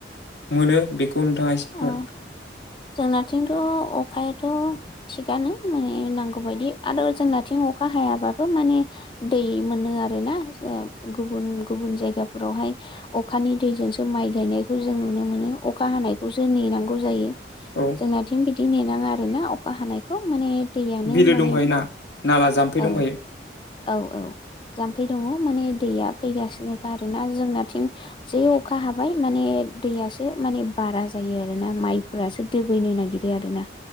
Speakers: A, on the left; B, on the left.
A: मोनो बेखौ नोंथाङा एसे
B: औ जोंनाथिंथ' अखायाथ' थिगानो माने नांगौ बायदि आरो जोंनाथिं अखा हायाबाबो माने दै मोनो आरो ना गुबुन गुबुन जायगाफोरावहाय अखानि दैजोंसो माइ गायनायखौ जों नुनो मोनो। अखा हानायखौ खौसो नेनांगौ जायो
A: औ
B: जोंनाथिं बिदि ननाङा आरोोना अखा हानाय बेखौ माने दैयानो
A: बिलो
B: माने
A: दंखायो ना नाला जाम्फै
B: औ
A: दंखायो
B: औ औ जाम्फै दङ माने दैया फैगासिनोखा आरोोना जोंनाथिं जे अखा हाबाय माने दैयासो माने बारा जायो आरोना माइफोरासो दोबैनो नागिरो आरोना